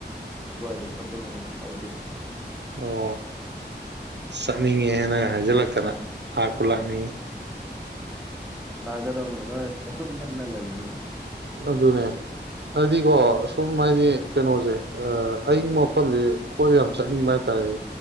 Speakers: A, in the centre; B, on the right.
A: ꯑꯗꯨꯋꯥꯏꯗ ꯆꯠꯄꯅꯕꯨ ꯈ꯭ꯋꯥꯏ ꯕꯦꯁꯅꯦ
B: ꯑꯣ ꯆꯠꯅꯤꯡꯉꯤꯍꯦ ꯅꯪꯅ ꯍꯥꯏꯖꯤꯜꯂꯛꯇꯅ ꯂꯥꯛꯄꯨ ꯂꯥꯛꯅꯤꯡꯏ
A: ꯂꯥꯛꯀꯗꯧꯅꯤ ꯅꯣꯏ ꯑꯆꯨꯝ ꯅꯛꯅ ꯂꯩꯖꯤꯕꯣ
B: ꯑꯗꯨꯅꯦ ꯑꯗꯨꯗꯤꯀꯣ ꯁꯨꯝ ꯍꯥꯏꯗꯤ ꯀꯅꯣꯖꯦ ꯑ ꯑꯌꯤꯡꯕ ꯃꯐꯝꯖꯦ ꯀꯣꯏꯕ ꯌꯥꯝ ꯆꯠꯅꯤꯡꯕ ꯍꯥꯏꯇꯥꯔꯦ ꯑꯗꯩ